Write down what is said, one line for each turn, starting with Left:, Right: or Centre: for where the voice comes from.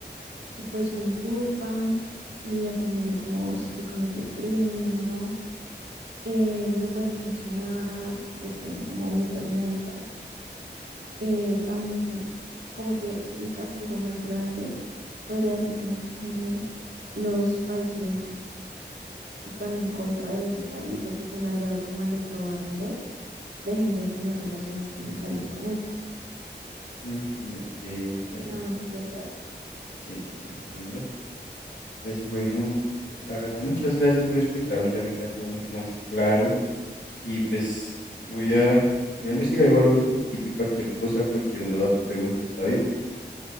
Right: y pues lo inculpan y dependiendo como si cometió el crimen o no, eh, lo pueden sancionar, le pueden como meter multas. Eh, también como que el castigo más grande podría ser como que los países están en contra de ese país o que son aliados como al otro bando dejen de tener relaciones comerciales con este.
Left: Mm, ok, entiendo,
Right: Y me
Left: entiendo.
Right: hago entender.
Left: Sí, sí, entiendo. Pues bueno,
Right: Entonces,
Left: la verdad, muchas gracias por explicarme, ya me queda todo mucho más claro y pues voy a, voy a investigar igual otro poquito y cualquier cosa, cualquier duda te pregunto, ¿está bien?